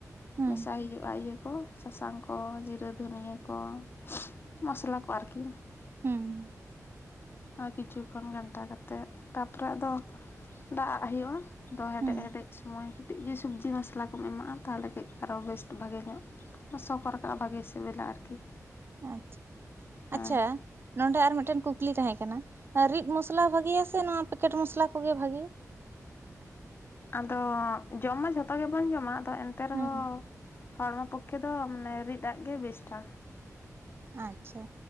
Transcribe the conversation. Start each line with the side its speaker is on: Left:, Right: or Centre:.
Right: ᱦᱩᱸ
Left: ᱢᱮᱥᱟᱭ ᱦᱩᱭᱩᱜᱼᱟ ᱤᱭᱟᱹ ᱠᱚ᱾ ᱥᱟᱥᱟᱝ ᱠᱚ, ᱡᱤᱨᱟᱹ ᱫᱷᱩᱱᱤᱭᱟᱹ ᱠᱚ ᱢᱚᱥᱞᱟ ᱠᱚ ᱟᱨᱠᱤ᱾
Right: ᱦᱮᱸ᱾
Left: ᱟᱨ ᱠᱤᱪᱷᱩ ᱠᱷᱚᱱ ᱜᱷᱟᱱᱴᱟ ᱠᱟᱛᱮᱫ ᱛᱟᱯᱚᱨᱮ ᱟᱫᱚ ᱫᱟᱜ ᱟᱜ ᱦᱩᱭᱩᱜᱼᱟ᱾ ᱫᱚ ᱦᱮᱰᱮᱡ
Right: ᱦᱩᱸ
Left: ᱦᱮᱰᱮᱡ ᱥᱚᱢᱚᱭ ᱠᱟᱹᱴᱤᱡ ᱜᱮ ᱥᱚᱵᱽᱡᱤ ᱢᱚᱥᱞᱟ ᱠᱚᱢ ᱮᱢᱟᱜᱼᱟ, ᱛᱟᱦᱚᱞᱮ ᱠᱟᱹᱡ ᱟᱨᱚ ᱵᱮᱥᱴ ᱵᱷᱟᱹᱜᱮ ᱧᱚᱜ, ᱥᱚ ᱠᱚ ᱨᱟᱠᱟᱵᱼᱟ, ᱵᱷᱟᱜᱮ ᱥᱤᱵᱤᱞᱟ ᱟᱨᱠᱤ᱾
Right: ᱟᱪᱪᱷᱟ᱾ ᱟᱪᱪᱷᱟ
Left: ᱟᱨ
Right: ᱱᱚᱰᱮ ᱟᱨ ᱢᱤᱫᱴᱮᱱ ᱠᱩᱠᱞᱤ ᱛᱟᱦᱮᱸ ᱠᱟᱱᱟ ᱨᱤᱫ ᱢᱚᱥᱞᱟ ᱵᱷᱟᱜᱮᱭᱟ ᱥᱮ ᱱᱚᱶᱟ ᱯᱮᱠᱮᱴ ᱢᱚᱥᱞᱟ ᱠᱚᱜᱮ ᱵᱷᱟᱜᱮ?
Left: ᱟᱫᱚ ᱡᱚᱢ ᱢᱟ ᱡᱷᱚᱛᱚ ᱜᱮᱵᱚᱱ ᱡᱚᱢᱟ᱾ ᱫᱚ ᱮᱱᱛᱮ ᱨᱮᱦᱚᱸ
Right: ᱦᱮᱸ
Left: ᱦᱚᱬᱢᱚ ᱯᱚᱠᱷᱮ ᱫᱚ ᱢᱟᱱᱮ ᱨᱤᱫ ᱟᱜ ᱜᱮ ᱵᱮᱥᱴ-ᱟ᱾
Right: ᱟᱪᱪᱷᱟ